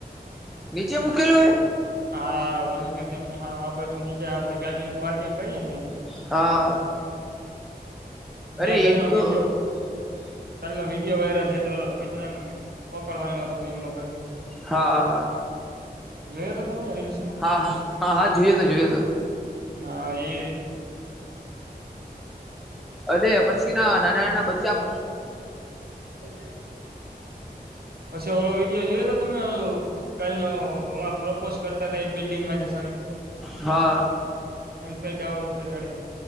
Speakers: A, in the centre; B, on the right.
A: નીચે મૂકેલું હ.
B: હા વેલિંગન ડેમ ની હ આ બાજુ નીચે આપડી ગાડીનું પાર્કિંગ કરીએે ને.
A: હા.
B: મેં
A: અરે એક
B: કલનો
A: તો
B: વિડીિયો. કા ન વિડીિયો વાયરલ છે તો કુતરાને પકડવાનું હતું એ મગર.
A: હા હા હા.
B: જોયો તો તમને રીલ્સ.
A: હા હા હા જોયયો તો જોયો હતો.
B: હ એ.
A: અને પછી ના નાના નાના બચ્ચા પણ છે.
B: અને. પછી ઓલો વિડીયો જોઈએ તો તમે. કલ ન પ્રોપોઝ કરતા હતા એ બિલ્ડિંગ માંથી સડીને.
A: હા.
B: એ ફેલ રૂપે ચઢે.